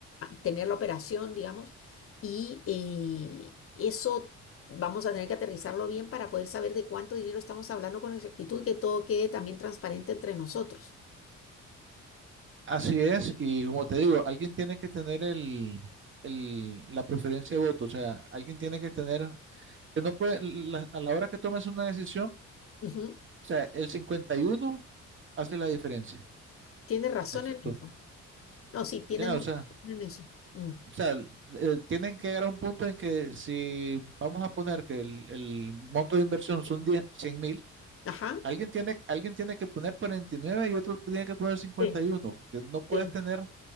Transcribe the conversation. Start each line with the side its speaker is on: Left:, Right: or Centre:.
Left: tener la operación, digamos, y eh, eso vamos a tener que aterrizarlo bien para poder saber de cuánto dinero estamos hablando con exactitud y que todo quede también transparente entre nosotros.
Right: Así es, y como te digo, alguien tiene que tener el, el- la preferencia de voto, o sea, alguien tiene que tener, que no puede, la- a la hora que tomes una decisión, o
Left: Ujú,
Right: sea, el 51 hace la diferencia,
Left: Tienes razón
Right: ¿me explico?
Left: en eso. No, sí, tienes
Right: Ya,
Left: mucha
Right: o sea,
Left: razón en eso. Mm.
Right: O sea, eh, tienen que llegar a un punto en que si vamos a poner que el, el monto de inversión son 10, 100 mil,
Left: Ajá.
Right: alguien tiene, alguien tiene que poner 49 y nueve y otro tiene que poner 51,
Left: Sí.
Right: porque no puedes
Left: Sí.
Right: tener